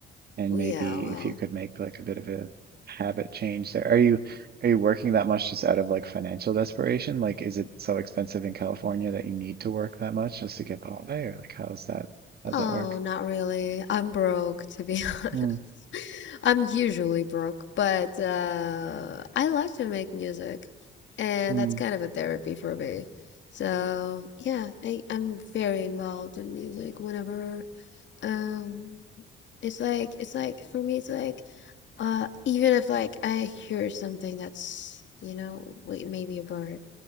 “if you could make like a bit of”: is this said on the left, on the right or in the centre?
Right